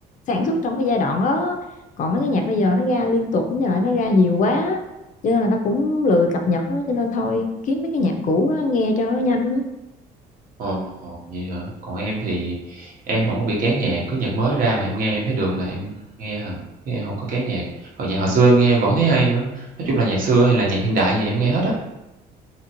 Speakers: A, on the left (about 50°); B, on the right (about 55°).
A: sản xuất trong cái giai đoạn đó còn mấy cái nhạc bây giờ nó ra liên tục như vậy nó ra nhiều quá cho nên là tao cũng lười cập nhật á cho nên thôi kiếm mấy cái nhạc cũ đó nghe cho nó nhanh á
B: Ồ, vậy hả? Còn em thì em hổng có bị kén nhạc, cứ nhạc mới ra mà em nghe em thấy được là em nghe à, chứ em hổng có kén nhạc. Còn nhạc hồi xưa em nghe em vẫn thấy hay nữa, nói chung là nhạc xưa hay là nhạc hiện đại gì em nghe hết á.